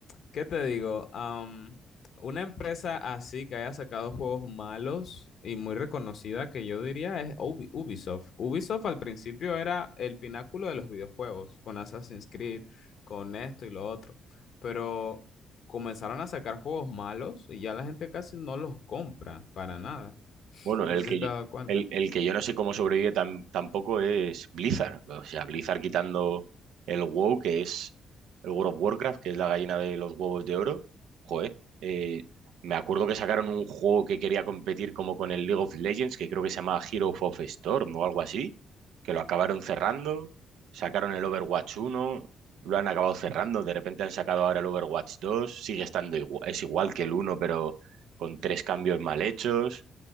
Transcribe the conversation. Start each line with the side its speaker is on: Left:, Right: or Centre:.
Left: ¿Qué te digo? Am, una empresa así que haya sacado juegos malos y muy reconocida que yo diría es Ubi- Ubisoft. Ubisoft al principio era el pináculo de los videojuegos, con Assassin's Creed, con esto y lo otro, pero comenzaron a sacar juegos malos y ya la gente casi no los compra para nada.
Right: Bueno,
Left: No
Right: el
Left: sé
Right: que,
Left: si te
Right: yo-
Left: has dado cuenta.
Right: el, el que yo no sé cómo sobrevive tan, tampoco es Blizzard. O sea, Blizzard quitando el WoW, que es el World of Warcraft, que es la gallina de los huevos de oro. Joder, eh, me acuerdo que sacaron un juego que quería competir como con el League of Legends, que creo que se llamaba Hero of Storm o algo así, que lo acabaron cerrando. Sacaron el Overwatch uno, lo han acabado cerrando. De repente han sacado ahora el Overwatch dos. Sigue estando igual, es igual que el uno, pero con tres cambios mal hechos